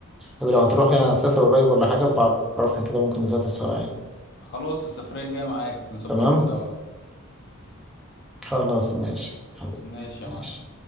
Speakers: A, in the centre; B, on the left (about 50°).
A: لو هتروح يعني هتسافر قريب ولا حاجة بعرفني كده ممكن نسافر سوا يعني
B: خلاص السفرية الجاية معاك نظبطها
A: تمام
B: سوا
A: خلاص ماشي حبيبي
B: ماشي يا
A: ماشي
B: معلم